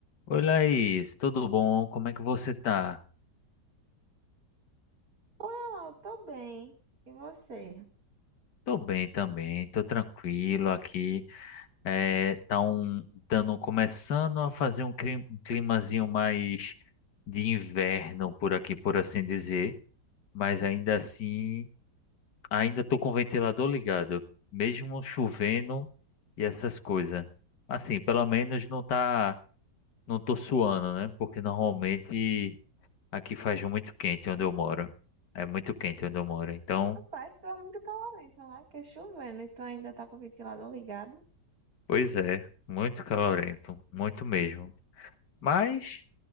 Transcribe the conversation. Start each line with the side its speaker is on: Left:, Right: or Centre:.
Left: Oi, Laís, tudo bom? Como é que você tá?
Right: Oi, Alau, tô bem. E você?
Left: Tô bem também, tô tranquilo aqui. É, tá um, dando, começando a fazer um clim- um climazinho mais de inverno por aqui, por assim dizer, mas ainda assim, ainda tô com o ventilador ligado, mesmo chovendo e essas coisas. Assim, pelo menos não tá, não tô suando, né? Porque normalmente aqui faz muito quente onde eu moro. É muito quente onde eu moro, então
Right: Rapaz, tu é muito calorento, né? Porque é chovendo, então ainda tá com o ventilador ligado.
Left: Pois é, muito calorento, muito mesmo. Mas